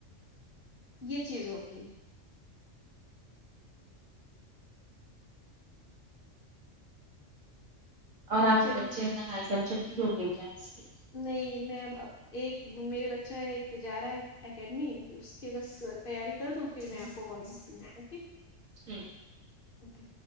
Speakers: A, on the left; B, on the right.
A: یہ چیز ہوتی
B: اور آپ
A: چلیے
B: کے بچے کہاں ہے سب چھٹی ہو گئی کیا آج کی
A: نہیں میں ایک میرے بچہ ایک جا رہا ہے اکیڈمی تو اس کے بس تیاری کر دو پھر میں آپ کو کال کرتی ہوںی
B: جی
A: اوکے